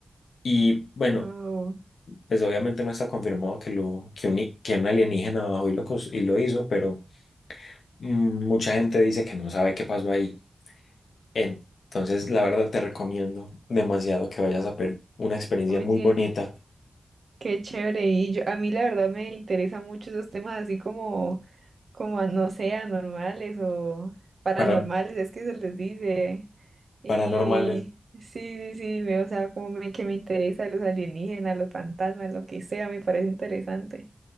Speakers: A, on the left; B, on the right.
A: Y bueno,
B: Wow.
A: pues obviamente no está confirmado que, lo, que, un, que un alienígena bajó y lo, cons- y lo hizo, pero mm, mucha gente dice que no sabe qué pasó ahí. Entonces, la verdad te recomiendo demasiado que vayas a ver una experiencia
B: Oye.
A: muy bonita
B: Qué chévere. Y yo- a mí la verdad me interesa mucho esos temas así como, como a- no sé, anormales o paranormales,
A: para,
B: es que se les dice. Y
A: paranormal.
B: sí, sí, sí, me- o sea, como me- que me interesa los alienígenas, los fantasmas, lo que sea, me parece interesante.